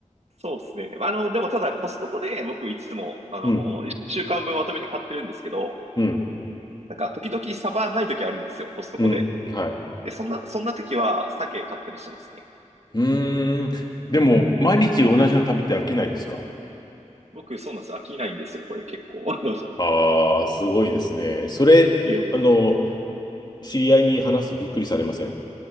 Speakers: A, on the right; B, on the left.
A: そうですね。あの、でもただコストコで僕いつも、あの、
B: うん、
A: 週間分まとめて買ってるんですけど、
B: うん、
A: なんか時々サバない時あるんですよ、コストコで。
B: うん、はい。
A: で、そんな、そんな時は鮭買ったりしてますね。
B: うーん。でも、毎日同じの食べて飽きないですか
A: はい僕、そうなんです。飽きないんですよ、これ結構。<laughs> あの、
B: ああー、すごいですね。それ、
A: いやいやいや、
B: あの、知り合いに話すとびっくりされません